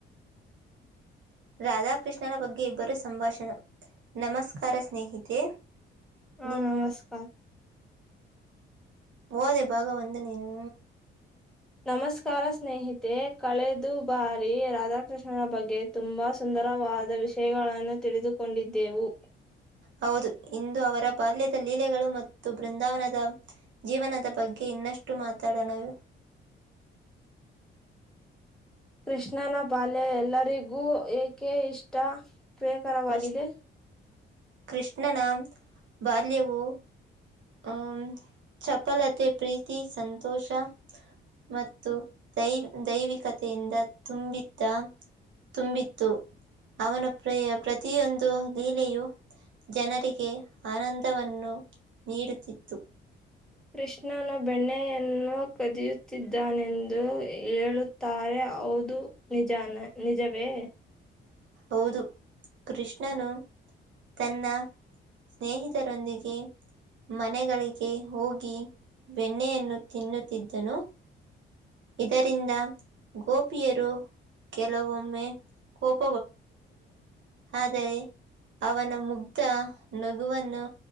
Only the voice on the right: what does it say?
ರಾಧಾಕೃಷ್ಣನ ಬಗ್ಗೆ ಇಬ್ಬರು ಸಂಭಾಷಣ ನಮಸ್ಕಾರ ಸ್ನೇಹಿತೆ
ನೀನ್
ಮಾಡ ಬದೆ ಬಾಗ ಒಂದು ನೀನು
ಹೌದು ಇಂದು ಅವರ ಬಾಲ್ಯದ ಲೀಲೆಗಳು ಮತ್ತು ಬೃಂದಾವನದ ಜೀವನದ ಬಗ್ಗೆ ಇನ್ನಷ್ಟು ಮಾತಾಡೋಣ <unintelligible>
ಫಸ್ಟ್ ಕೃಷ್ಣನ ಬಾಲ್ಯವು ಆಂ ಚಪಲತೆ ಪ್ರೀತಿ ಸಂತೋಷ ಮತ್ತು ದೈವ್ ದೈವಿಕತೆಯಿಂದ ತುಂಬಿದ್ದ ತುಂಬಿತ್ತು ಅವನ ಪ್ರ ಪ್ರತಿಯೊಂದು ಲೀಲೆಯು ಜನರಿಗೆ ಆನಂದವನ್ನು ನೀಡುತ್ತಿತ್ತು
ಹೌದು ಕೃಷ್ಣನು ತನ್ನ ಸ್ನೇಹಿತರೊಂದಿಗೆ ಮನೆಗಳಿಗೆ ಹೋಗಿ ಬೆಣ್ಣೆಯನ್ನು ತಿನ್ನುತ್ತಿದ್ದನು ಇದರಿಂದ ಗೋಪಿಯರು ಕೆಲವೊಮ್ಮೆ ಕೋಪ ಆದರೆ ಅವನ ಮುಗ್ಧ ನಗುವನ್ನು